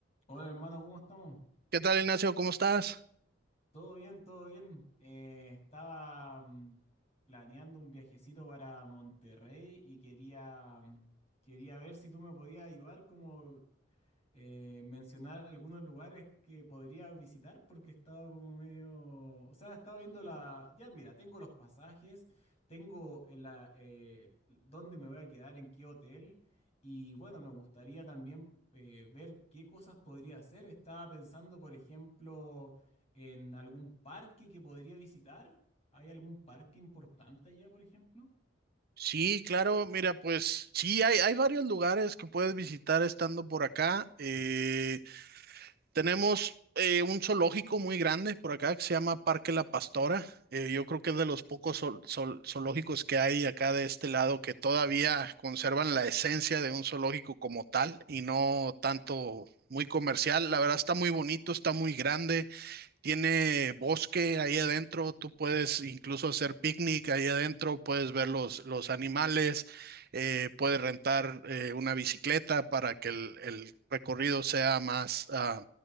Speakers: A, on the left; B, on the right.
A: Hola hermano, ¿cómo estamos?
B: ¿Qué tal, Ignacio? ¿Cómo estás?
A: Todo bien, todo bien. Eh, estaba mm, planeando un viajecito para Monterrey y quería, mm, quería ver si tú me podías ayudar como eh, mencionar algunos lugares que podría visitar porque he estado como medio, o sea, he estado viendo la, ya mira, tengo los pasajes, tengo el- la, eh, dónde me voy a quedar, en qué hotel y bueno, me gustaría también eh, ver qué cosas podría hacer. Estaba pensando, por ejemplo, en algún parque que podría visitar. ¿Hay algún parque importante allá, por ejemplo?
B: Sí, claro, mira, pues sí, hay, hay varios lugares que puedes visitar estando por acá. Eh, tenemos eh, un zoológico muy grande por acá que se llama Parque La Pastora. Eh, yo creo que es de los pocos zool- zool- zoológicos que hay acá de este lado que todavía conservan la esencia de un zoológico como tal y no tanto muy comercial. La verdad está muy bonito, está muy grande. tiene bosque ahí adentro, tú puedes incluso hacer picnic ahí adentro, puedes ver los, los animales, eh, puedes rentar eh, una bicicleta para que el, el recorrido sea más, ah,